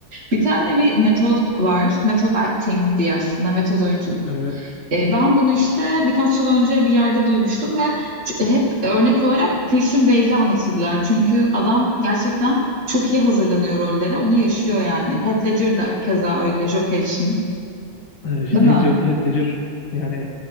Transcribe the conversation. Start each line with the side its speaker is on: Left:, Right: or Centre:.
Right: Bir tane bir metod var. Metod acting diye aslında metod oyunculuk.
Left: Evet.
Right: E, ben bunu işte birkaç yıl önce bir yerde duymuştum ve Ç- Hep örnek olarak Christian Bale'i anlatırlar. Çünkü adam gerçekten çok iyi hazırlanıyor rollere. Onu yaşıyor yani. Heath Ledger da keza öyle Joker için.
Left: Ee, Heath
Right: Değil mi?
Left: Ledger, Heath Ledger yani